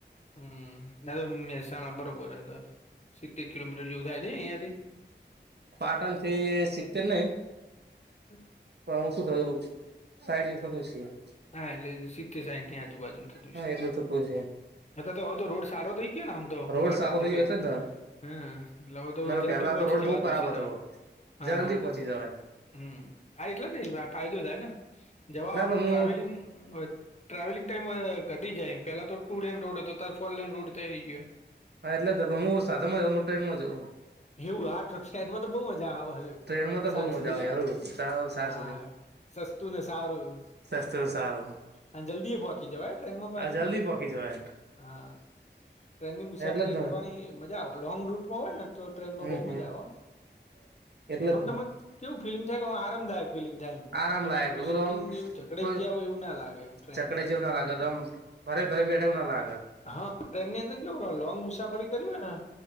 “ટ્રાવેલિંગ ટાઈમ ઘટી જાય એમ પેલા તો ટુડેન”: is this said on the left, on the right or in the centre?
Left